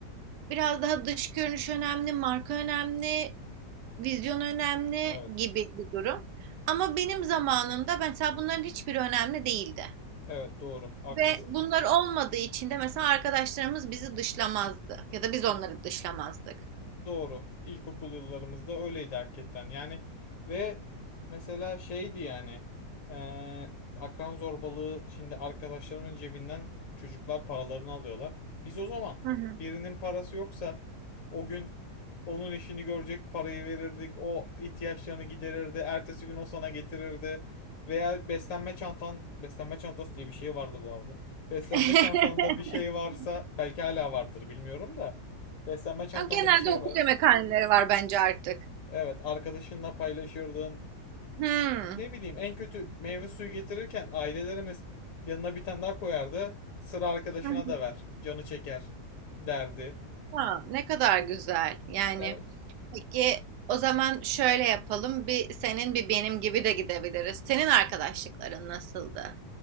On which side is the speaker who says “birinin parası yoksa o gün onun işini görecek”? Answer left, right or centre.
Left